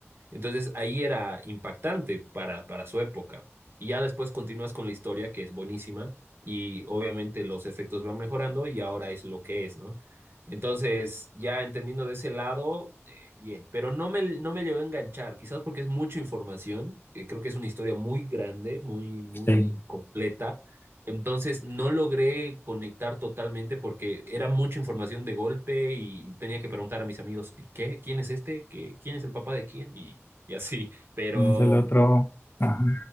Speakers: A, on the right; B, on the left.
A: Entonces, ahí era impactante para, para su época. Y ya después continúas con la historia, que es buenísima, y obviamente los efectos van mejorando y ahora es lo que es, ¿no? Entonces, ya entendiendo de ese lado bien, pero no me, no me llegó a enganchar, quizás porque es mucha información, eh, creo que es una historia muy grande, muy, muy
B: Sí,
A: completa, entonces no logré conectar totalmente porque era mucha información de golpe y tenía que preguntar a mis amigos, ¿y ¿qué? ¿Quién es este? ¿Qué? ¿Quién es el papá de quién? Y, y así, pero
B: es el otro. Ajá.